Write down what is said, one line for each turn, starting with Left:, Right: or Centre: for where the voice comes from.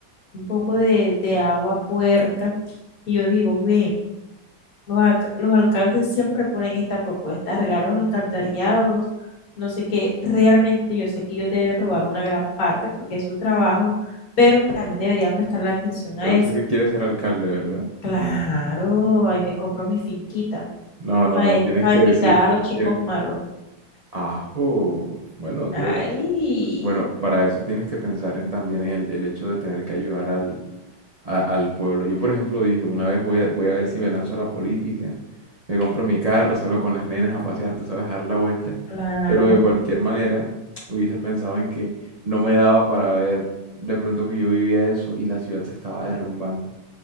Left: Un poco de, de agua puerca. Y yo digo, bien, los, alca- los alcaldes siempre ponen esta propuesta, arreglar los alcantarillados, no sé qué. Realmente yo sé que ellos deben robar una gran parte porque es su trabajo, pero también deberían prestarle atención a
Right: Por
Left: eso.
Right: eso es que quiere ser alcalde, ¿verdad?
Left: Claro, ahí me compro mi finquita
Right: No, no,
Left: para
Right: no, tienes que
Left: invitar
Right: decir,
Left: a los chicos
Right: tiene-
Left: malos.
Right: Ajo. Bueno, tú
Left: Ay,
Right: verás. Bueno, para eso tienes que pensar en también en el, el hecho de tener que ayudar al, a- al pueblo. Yo, por ejemplo, dije, una vez voy a, voy a ver si me lanzo a la política, me compro mi carro, salgo con las nenas a pasear, tú sabes, a dar la vuelta.
Left: claro.
Right: Pero de cualquier manera, hubiese pensado en que no me daba para ver de pronto que yo vivía eso y la ciudad se estaba derrumbando